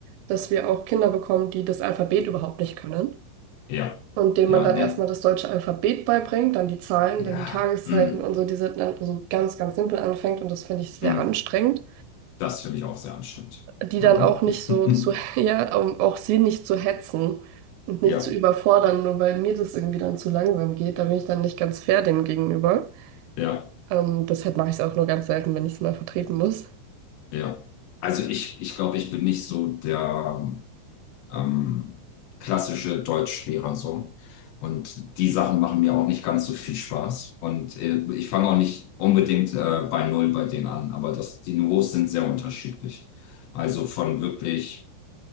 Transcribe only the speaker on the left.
Ja,
ja,
nee.
Ja.
Mhm.
Mhm.
Das finde ich auch sehr anstrengend.
Mhm.
<laughs>
Ja,
ja,
ja. Also ich, ich glaube, ich bin nicht so der ähm, klassische Deutschlehrer so. Und die Sachen machen mir auch nicht ganz so viel Spaß. Und äh, ich fange auch nicht unbedingt äh, bei Null bei denen an, aber das, die Niveaus sind sehr unterschiedlich. Also von wirklich